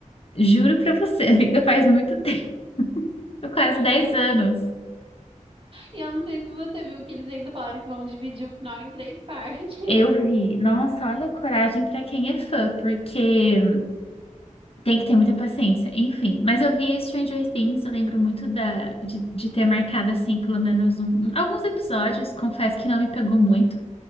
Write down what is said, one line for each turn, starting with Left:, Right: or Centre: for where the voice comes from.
Left: Juro para você, <laughs> amiga, faz muito tempo, quase 10
Right: É,
Left: anos.
Right: e eu não sei se você viu que eles ainda falaram que vão dividir o final em três partes.
Left: Eu vi. Nossa, olha a coragem para quem é fã, porque tem que ter muita paciência. Enfim, mas eu vi Stranger Things, eu lembro muito da, de, de ter marcado assim, pelo menos um- alguns episódios. Confesso que não me pegou muito.